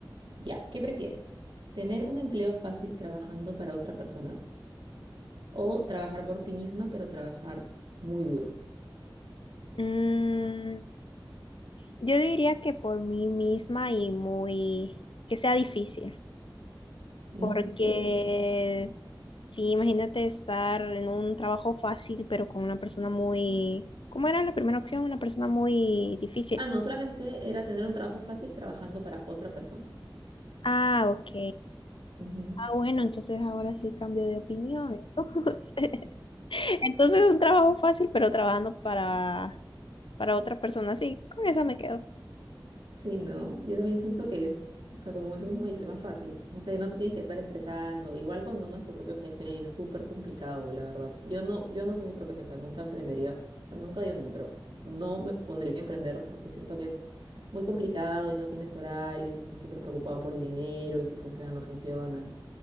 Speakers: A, on the right; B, on the left.
A: Ya, ¿qué prefieres? ¿Tener un empleo fácil trabajando para otra persona O trabajar por ti misma, pero trabajar muy duro.
B: Mm, yo diría que por mí misma y muy, que sea difícil,
A: Ujú,
B: porque
A: ¿Sí? Ok.
B: sí, imagínate estar en un trabajo fácil, pero con una persona muy, ¿cómo era la primera opción? Una persona muy difícil.
A: Ah, no, solamente era tener un trabajo fácil trabajando para otra persona.
B: Ah, ok.
A: Ujú.
B: Ah, bueno, entonces ahora sí cambio de opinión. <laughs> Entonces, entonces un trabajo fácil, pero trabajando para, para otra persona, sí, con esa me quedo.
A: Sí, ¿no? Yo también siento que es, o sea, como eso mismo dice, más fácil. No sé, no te tienes que estar estresando. Igual cuando uno es su propio jefe es súper complicado, la verdad. Yo no, yo no soy mi propia jefa, nunca emprendería. O sea, nunca digo nunca, pero no me pondría a emprender porque siento que es muy complicado y no tienes horarios y estás siempre preocupado por el dinero y si funciona o no funciona. En